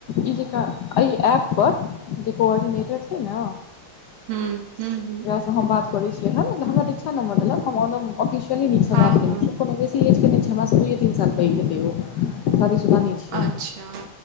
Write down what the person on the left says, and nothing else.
ई जेका एहि ऐप पर, जे कोऑर्डिनेटर छै ने
तऽ हम बात करै छियै हन हमरा इच्छा नम्बर देलक, हम ओदम ऑफिशियली नीकसँ
बात केने
छियै। कोनो बेसी एज के नहि छै, हमरा से दूये -तीन साल पैघ हेतै ओ शादीशुदा नै छै,